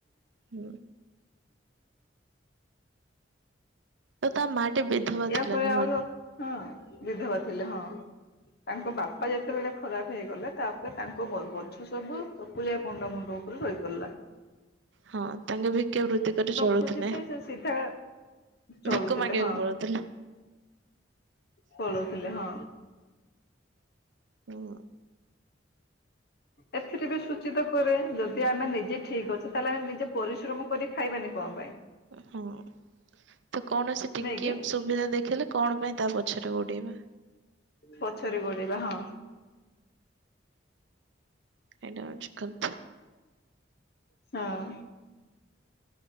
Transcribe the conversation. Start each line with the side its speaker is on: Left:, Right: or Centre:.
Right: ହୁଁ ତ ତା ମା ଟି ବିଧବା
Left: ଏୟା
Right: ଥିଲା
Left: ପରା
Right: ନୁହଁ
Left: ଆହୁରି
Right: କି?
Left: ଅ ହଁ। ବିଧବା ଥିଲେ ହଁ ତାଙ୍କ ବାପା ଯେତେବେଳେ ଖରାପ ହେଇଗଲେ ତାପରେ ତାଙ୍କ ବ-ବଂଶ ସବୁ ଚକୁଳିଆ ପଣ୍ଡା ମୁଣ୍ଡ ଉପରେ ରହି ପାରିଲା।
Right: ହଁ ତାଙ୍କେ ଭିକ୍ଷା ବୃତ୍ତି କରି ଚଳୁଥିଲେ
Left: ଖୋଜିକି ସେ ସିଧା ଚଳୁଥିଲେ
Right: ଭିକ ମାଗିବାକୁ
Left: ହଁ
Right: ପଡୁଥିଲେ।
Left: ପଳଉଥିଲେ ହଁ।
Right: ହୁଁ।
Left: ଏଥିରେ ବି ସୂଚିତ କରେ ଯଦି ଆମେ ନିଜେ ଠିକ ଅଛେ ତାହେଲେ ଆମେ ନିଜେ ପରିଶ୍ରମ କରି ଖାଇବାନି କଣ ପାଇଁ।
Right: ହଁ ତ କୌଣସି ଟିକେ
Left: ନାଇଁ କିି
Right: ସୁବିଧା ଦେଖେଇଲେ କଣ ପାଇଁ ତା ପଛରେ ଗୋଡେଇବା?
Left: ପଛରେ ଗୋଡେଇବା ହଁ
Right: ଏଇଟା ହଉଛି କଥା।
Left: ହଁ